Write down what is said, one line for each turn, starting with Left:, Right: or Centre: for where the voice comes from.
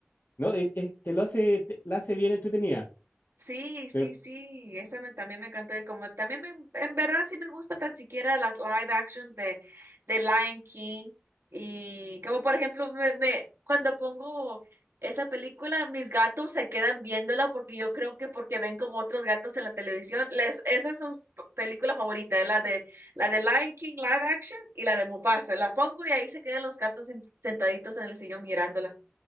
Left: No, es- es- te lo hace, te- la hace bien entretenida,
Right: Sí, sí,
Left: pero
Right: sí, esa me- también me encantó y como también me, en verdad sí me gusta tan siquiera las live action de, de Lion King y como por ejemplo me, me- cuando pongo esa película mis gatos se quedan viéndola porque yo creo que porque ven como otros gatos en la televisión, les, esa es su p- película favorita, la de, la de Lion King live action y la de Mufasa, la pongo y ahí se quedan los gatos sen- sentaditos en el sillón mirándola.